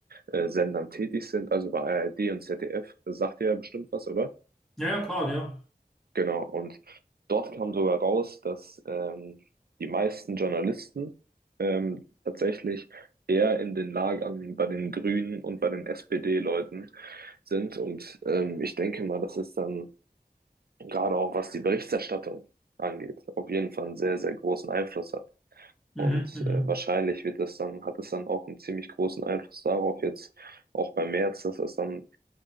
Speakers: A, on the right; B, in the centre.
A: äh, Sendern tätig sind, also bei ARD und ZDF. Das sagt ihr ja bestimmt was, oder?
B: Ja, ja, klar, ja.
A: Genau, und dort kam sogar raus, dass ähm, die meisten Journalisten ähm, tatsächlich eher in den Lagern bei den Grünen und bei den SPD-Leuten sind. Und ähm, ich denke mal, dass es dann gerade auch was die Berichterstattung angeht, auf jeden Fall einen sehr, sehr großen Einfluss hat.
B: Mhm,
A: Und
B: mhm.
A: äh, wahrscheinlich wird das dann, hat es dann auch einen ziemlich großen Einfluss darauf, jetzt auch bei Merz, dass das dann